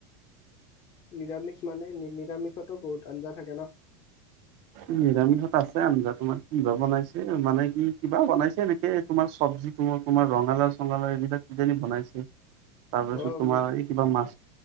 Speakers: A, on the left (about 35°); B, on the right (about 50°).
A: নিৰামিষ মানে, নিৰামিষতো বহুত আঞ্জা থাকে ন'!
B: নিৰামিষত আছে, আঞ্জা তোমাৰ। কি বা বনাইছে! মানে কি, কিবা বনাইছে এনেকে, তোমাৰ চব্জি। তোমাৰ ৰঙালাও-চঙালাও এইবিলাক, কিহেদি বনাইছে? তাৰপিছত
A: অ
B: তোমাৰ,
A: মি
B: এই কিবা মাছ,